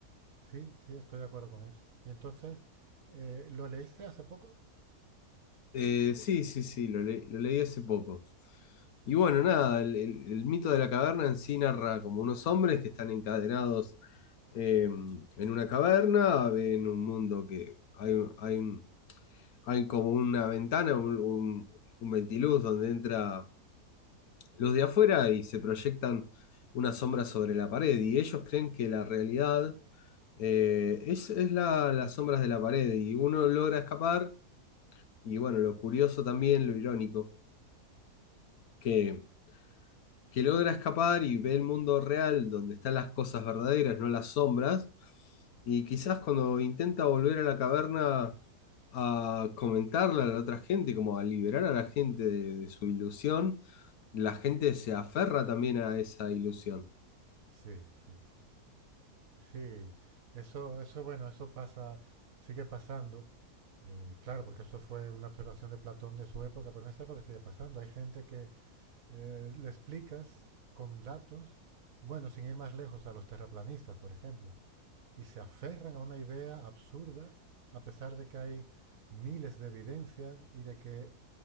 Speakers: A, on the right; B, on the left.
A: Sí, sí, estoy de acuerdo con eso. ¿Y entonces, eh, lo leíste hace poco?
B: Eh, sí, sí, sí, lo, le- lo leí hace poco. Y bueno, nada, el, el- el mito de la caverna en sí narra como unos hombres que están encadenados eh, en una caverna, en un mundo que hay, un- hay, un- hay como una ventana, un, un, un ventiluz donde entra luz de afuera y se proyectan una sombra sobre la pared. Y ellos creen que la realidad Eh, es es la, las sombras de la pared y uno logra escapar y bueno, lo curioso también, lo irónico, que, que logra escapar y ve el mundo real donde están las cosas verdaderas, no las sombras, y quizás cuando intenta volver a la caverna a comentarle a la otra gente, como a liberar a la gente de, de su ilusión, la gente se aferra también a esa ilusión.
A: Sí, sí, sí. Sí, eso, eso, bueno, eso pasa, sigue pasando, eh, claro, porque eso fue una observación de Platón de su época, pero en esta época sigue pasando. Hay gente que eh, le explicas con datos, bueno, sin ir más lejos, a los terraplanistas, por ejemplo, y se aferran a una idea absurda, a pesar de que hay miles de evidencias y de que